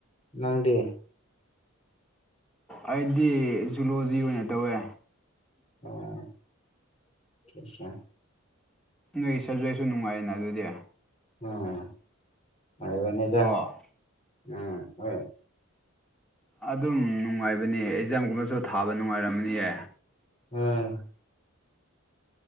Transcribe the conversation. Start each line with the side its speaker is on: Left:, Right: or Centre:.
Left: ꯅꯪꯗꯤ
Centre: ꯑꯩꯗꯤ ꯖꯨꯂꯣꯖꯤ ꯑꯣꯏꯅ ꯇꯧꯋꯦ꯫
Left: ꯑꯣ <unintelligible>
Centre: ꯅꯣꯏ ꯁꯕꯖꯦꯛꯁꯨ ꯅꯨꯡꯉꯥꯏꯌꯦꯅ ꯑꯗꯨꯗꯤ
Left: ꯎꯝ ꯃꯕꯅꯤꯗ
Centre: ꯀꯣ
Left: ꯎꯝ ꯍꯣꯏ
Centre: ꯑꯗꯨꯝ ꯅꯨꯡꯉꯥꯏꯕꯅꯦ ꯑꯦꯛꯖꯥꯝꯒꯨꯝꯕꯁꯨ ꯊꯥꯕ ꯅꯨꯡꯉꯥꯏꯔꯝꯃꯅꯤꯌꯦ
Left: ꯎꯝ